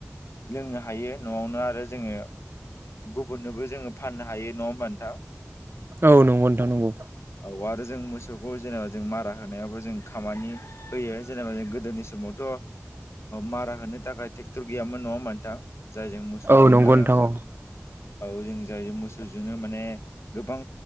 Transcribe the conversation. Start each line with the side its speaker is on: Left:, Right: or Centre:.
Left: लोंनो हायो न'आवनो आरो जोङो गुबुननोबो जोङो फाननो हायो नङा होमबा नोंथां
Right: औ नंगौ नों थां नंगौ
Left: औ आरो जों मोसौखौ जेनेबा जों मारा होनायावबो जों खामानि होयो जेनेबा जों गोदोनि समावथ' मारा होनो थाखाय ट्रेक्टर गैयामोन नङाहोनबा नोंथां जायजों मोसौजोंनो
Right: औ नंगौ नोंथां औ
Left: औ जों जायो मोसौजोंनो माने गोबां